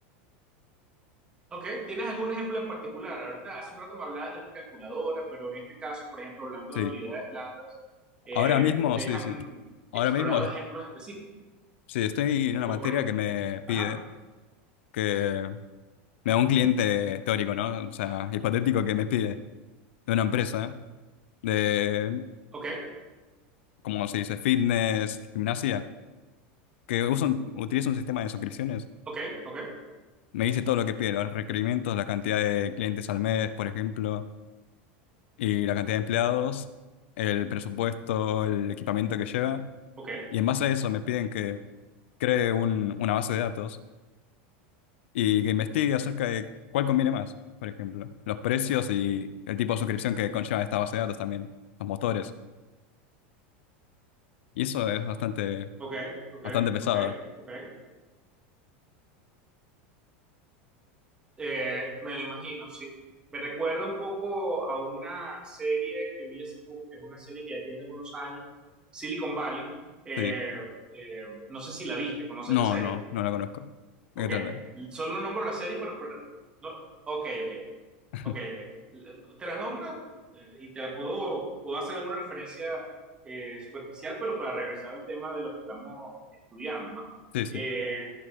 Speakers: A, on the right; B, on the left.
A: Ok, ¿tienes algún ejemplo en particular? Ahorita hace un rato me hablabas de una calculadora, pero en este caso, por ejemplo, hablando
B: Sí.
A: de habilidades blandas, eh,
B: Ahora mismo,
A: ustedes
B: sí,
A: han
B: sí. Ahora
A: explorado
B: mismo,
A: ejemplos específicos,
B: sí, estoy en una
A: como
B: materia
A: por ejemplo,
B: que me pide,
A: ajá,
B: que me da un cliente teórico, ¿no? O sea, hipotético que me pide de una empresa de,
A: ok,
B: como se dice, fitness, gimnasia, que usa un- utiliza un sistema de suscripciones.
A: ok, ok,
B: Me dice todo lo que pide, los requerimientos, la cantidad de clientes al mes, por ejemplo, y la cantidad de empleados, el presupuesto, el equipamiento que lleva.
A: ok,
B: Y en base a eso me piden que cree un- una base de datos y que investigue acerca de cuál conviene más, por ejemplo, los precios y el tipo de suscripción que conlleva esta base de datos también, los motores. Y eso es bastante,
A: ok, ok,
B: bastante pesado.
A: ok, ok. Eh, me lo imagino, sí. Me recuerda un poco a una serie que vi hace poco, que es una serie que ya tiene algunos años, Silicon Valley. Eh,
B: Sí.
A: eh, no sé si la viste, ¿conoces
B: No,
A: la serie?
B: no, no la conozco. ¿De
A: Ok,
B: qué trata?
A: solo nombro la serie, pero... pero no, Ok, ok.
B: <laughs>
A: Ok, ok. Te la nombra eh, y te la puedo, puedo hacer alguna referencia eh, superficial, pero para regresar al tema de lo que estamos estudiando, ¿no?
B: Sí, sí.
A: Eh,